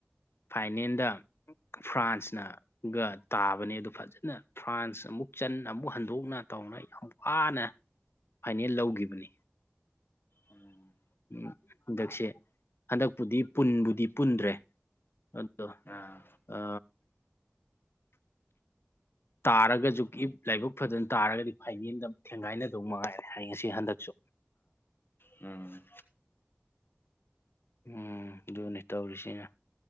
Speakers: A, on the left; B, on the left.
A: ꯐꯥꯏꯅꯦꯜꯗ ꯐ꯭ꯔꯥꯟꯁꯅ ꯒ ꯇꯥꯕꯅꯦ ꯑꯗꯨ ꯐꯖꯅ ꯐ꯭ꯔꯥꯟꯁ ꯑꯃꯨꯛ ꯆꯟꯅ ꯑꯃꯨꯛ ꯍꯟꯗꯣꯛꯅ ꯇꯧꯅ ꯌꯥꯝ ꯋꯥꯅ ꯐꯥꯏꯅꯦꯜ ꯂꯧꯒꯤꯈꯤꯕꯅꯤ
B: ꯎꯝ
A: ꯎꯝ ꯍꯟꯗꯛꯁꯦ ꯍꯟꯗꯛꯄꯨꯗꯤ ꯄꯨꯟꯕꯨꯗꯤ ꯄꯨꯟꯗ꯭ꯔꯦ ꯑꯣ
B: ꯑꯥ
A: ꯑ ꯇꯥꯔꯒꯁꯨ ꯂꯥꯏꯕꯛ ꯐꯖꯅ ꯇꯥꯔꯒꯗꯤ ꯐꯥꯏꯅꯦꯗ ꯊꯦꯡꯒꯥꯏꯅꯗꯧ ꯃꯉꯥꯏꯔꯦ ꯍꯥꯏ ꯉꯁꯤ ꯍꯟꯗꯛꯁꯨ
B: ꯎꯝ
A: ꯎꯝ ꯑꯗꯨꯅꯤ ꯇꯧꯔꯤꯁꯤꯅ